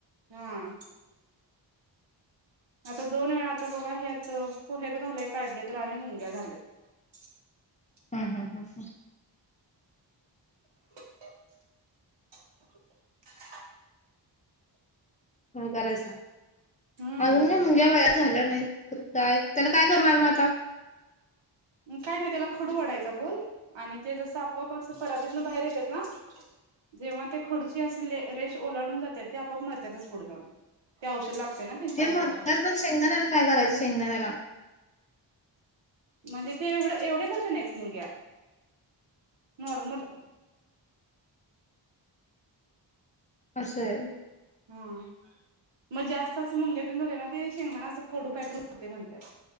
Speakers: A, on the right; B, on the left.
A: हां, आता दोन वेळा, आता बघा ह्याच पोह्यात घालय काढलेय तर आणि मुंग्या झाल्यात. <unintelligible>
B: हम् हम् हम् हम
A: <unintelligible> <inaudible>
B: ह करायचा,,
A: हम्म
B: अजून काय मुणग्या माय झाल्या नाहीत तर काय त्याला काय करणार म आता.
A: काय नाही त्याला खडू वाडायचा गोल,, आणि ते जसं आपोआप असं परातीतन बाहेर येतात नाऽऽ जेव्हा ते खडूची अशी रेश ओलाडून जातात ते आपोआप मरतातच पुढं जाऊन ते औषध लागऽऽ तर ना त्यांच्या
B: ते
A: अंगाला.
B: मरतात पण शेंगदाण्याला काय करायचं शेंगदाण्याला
A: म्हणजे ते एवढ एवढ्याच नाहीच मुंग्या,, नॉर्मल
B: असंय
A: हाम, मग जास्त असं मुंग्या तन झालं ना,, ते शेंगदाण अस कडू काहीतरी होतेय म्हणतात